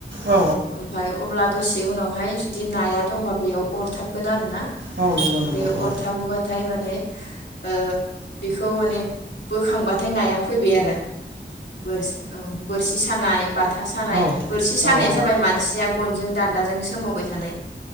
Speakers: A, on the right (about 75°); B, on the left (about 80°).
A: औ
B: ओमफफ्राय अब्ला दसे उनाव फाय जुदि नाया दंबा बेयाव अरथाबगोन आरो ना।
A: औ नंगौ नंगौ
B: बे अरथाबोबाथाय
A: औ
B: माने ओ बेखौ माने बोखांबाथाय नाया फैबाय आरो। बोरसि औ बोरसि <unintelligible> बाथा सानाय
A: औ
B: बोरसि सानाया
A: औ औ
B: जाबाय मानसिया गनजों दान्दाजों सोमावबाय थानाय